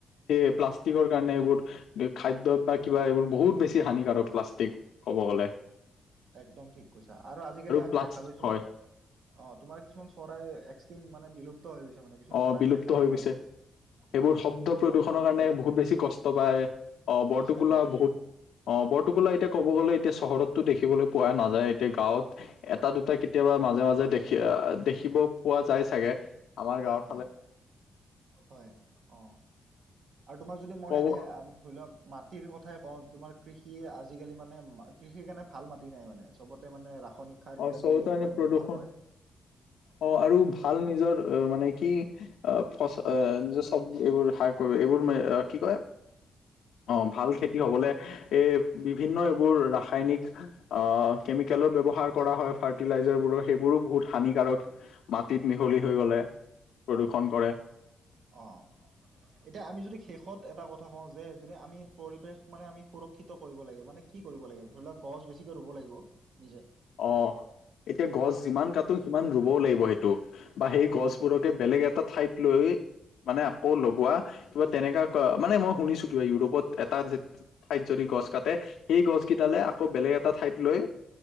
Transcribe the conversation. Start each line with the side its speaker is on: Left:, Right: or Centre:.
Left: সেয়ে প্লাষ্টিকৰ কাৰণে এইবোৰ খাদ্য বা কিবা এইবোৰ বহুত বেছি হানিকাৰক প্লাষ্টিক ক'ব গ'লে
Right: একদম ঠিক কৈছা আৰু আজিকালি আমি
Left: প্লাছ
Right: দেখা পাইছো
Left: হয়
Right: অ তোমাৰ কিছুমান চৰাই এক্সিট মানে বিলুপ্ত হৈ গৈছে মানে কিছুমান
Left: অ
Right: চৰাই
Left: বিলুপ্ত
Right: আমি দেখাই
Left: হৈ
Right: নাপাওঁ
Left: গৈছে
Right: আজি
Left: সেইবোৰ
Right: অ
Left: শব্দ
Right: এনে
Left: প্ৰদূষণৰ
Right: বৰ টোকোলা
Left: কাৰণে বহুত বেছি কষ্ট পায় অ বৰটোকোলা
Right: কষ্ট পায়
Left: বহুত অ বৰটোকোলা এতিয়া ক'ব গলে এতিয়া চহৰতো দেখিবলৈ পোৱা নাযায় এতিয়া গাঁৱত এটা দুটা কেতিয়াবা মাজে মাজে দেখি দেখিব পোৱা যায় চাগে আমাৰ
Right: হয়
Left: গাঁৱত
Right: হয় হয় অ আৰু তোমাৰ যদি মই
Left: ক'ব
Right: এনে ধৰি লোৱাক মাটিৰ কথাই কওঁ তোমাৰ কৃষি আজিকালি মানে কৃষিৰ কাৰণে ভাল মাটি নাই মানে চবতে মানে ৰাসায়নিক সাৰ
Left: অ
Right: কিবা
Left: চবতে
Right: কিবি মানে
Left: প্ৰদূষণ
Right: ব্যৱহাৰ কৰে
Left: অ আৰু ভাল নিজৰ মানে কি আহ ফচল যে চব্জি এইবোৰ শাক এইবোৰ মা কি কয় অ ভাল খেতি হবলে এই বিভিন্ন এইবোৰ ৰাসায়নিক আহ কেমিকেলৰ ব্যৱহাৰৰ কৰা হয় ফাৰ্টি লাইজাৰবোৰৰ সেইবোৰো বহুত হানিকাৰক মাটিত মিহলি
Right: হয়
Left: হৈ গ'লে প্ৰদূষণ
Right: হয় হয়
Left: কৰে
Right: অ এতিয়া আমি যদি শেষত এটা কথা কওঁ যে যদি আমি পৰিৱেশ মানে আমি সুৰ ক্ষিত কৰিব লাগে মানে কি কৰিব লাগিব ধৰি লওক গছ বেছিকে ৰুব লাগিব নিজে
Left: অ এতিয়া গছ
Right: হয়
Left: যিমান কাটো সিমান ৰুবও লাগিব সেইটো বা সেই
Right: অ ৰুবও
Left: গছবোৰকে
Right: লাগিব
Left: বেলেগ এটা ঠাইত লৈ মানে আকৌ লগোৱা কিবা তেনেকা মানে মই শুনিছো কিবা ইউৰোপত এটা ঠাইত যদি গছ কাটে সেই গছ কেইটালে আকৌ বেলেগ এটা ঠাইত লৈ